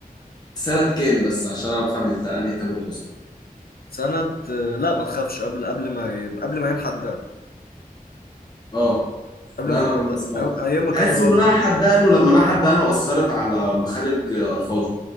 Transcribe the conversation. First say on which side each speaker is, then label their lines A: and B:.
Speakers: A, on the left; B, on the left.
A: سنه كام بس عشان افهم انت انهي تامر حسني
B: سنة آه، لا ما تخافش قبل قبل ما ي- قبل ما ينحدد
A: اه
B: قبل
A: لا
B: ما
A: انا
B: ينحدد
A: ما بسمع
B: أي- ايام ما كان
A: تحس
B: راجل
A: ان انا حدقنه لما انا حدقنه اثرت على مخارج الفاظه